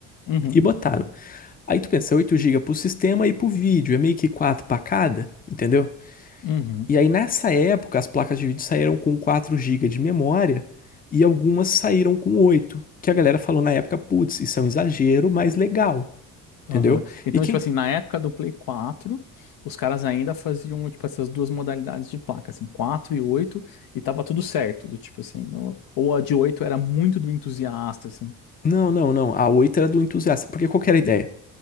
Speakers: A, on the left; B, on the left.
A: Uhum,
B: E botaram. Aí tu pensa, 8 GB pro sistema e pro vídeo, é meio que 4 pra cada, entendeu?
A: uhum,
B: E aí nessa época as placas de vídeo saíram com 4 GB de memória e algumas saíram com oito. que a galera falou na época, putz, isso é um exagero, mas legal, entendeu?
A: aham. Então,
B: E quem.
A: tipo assim, na época do Play quatro os caras ainda faziam, tipo, essas duas modalidades de placa, assim, 4 e oito e tava tudo certo, do tipo assim, no- ou a de 8 era muito do entusiasta, assim,
B: Não, não, não, a 8 era do entusiasta, porque qual que era a ideia?